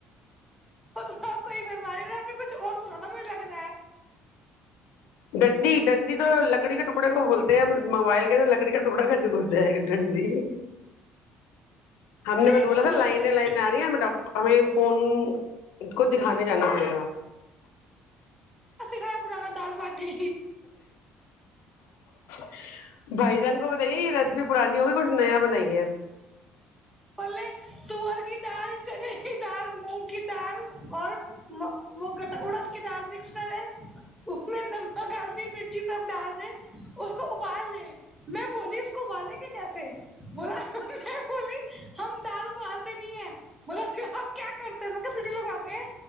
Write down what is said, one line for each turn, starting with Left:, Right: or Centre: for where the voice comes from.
Centre: وہ تو آی بماری رہ نے کچھ اور سنا نہ مجھ لگتا ہے
Left: ڈنڈی ڈنڈی تو لکڑی کے ٹکڑے کو بولتے موبائل کے انر لکڑی کا ٹکڑا کیسے گھس جائے گا ٹھنڈی ہم نے
Centre: یہی
Left: میں تو بولا
Centre: بول
Left: تھا لائنے
Centre: رہے تھے
Left: لائنے آ رہی ہیں ہمیں ہمیں فون کو دکھانے جانا پڑے گا
Centre: کھا بنانا دال باٹی
Left: ج <unintelligible> بھائی جان کو بتائیے یہ ریسیپی پرانی ہوگی کچھ نیا بنائیے
Centre: بولے تور کی دال چنے کی دال مونگ کی دال اور اڑد کی دال مکس کرے اس میں لمکا کالتی مرچی سب ڈال دے اس کو ابال لے میں بولی اس کو ابالیں گے کیسے بولا میں بولی ہم دال ابالتے نہیں ہے بو ہم کیا کرتے ہیں م سٹی لگواتے ہیں